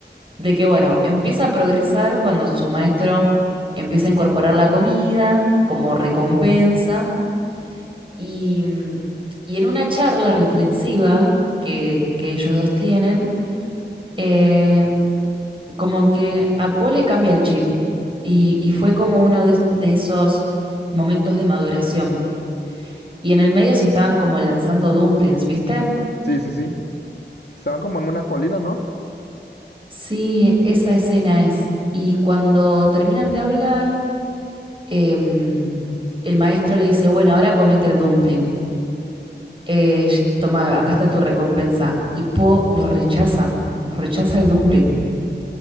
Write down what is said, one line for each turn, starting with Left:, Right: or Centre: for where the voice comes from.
Right: de que, bueno, empieza a progresar cuando su maestro empieza a incorporar la comida como recompensa y, mm, y en una charla reflexiva que, que ellos dos tienen, eh, Como que a Paul le cambia el chip y, y fue como uno de, de esos momentos de maduración. Y en el medio se estaban como lanzando dumplings, ¿viste?
Left: Sí, sí, sí. Estaban como en una colina, ¿no?
Right: Sí, esa escena es. Y cuando terminan de hablar, em, el maestro le dice, bueno, ahora comete el dumpling. Eh, toma, acá está tu recompensa. Y Po lo rechaza, rechaza el dumpling,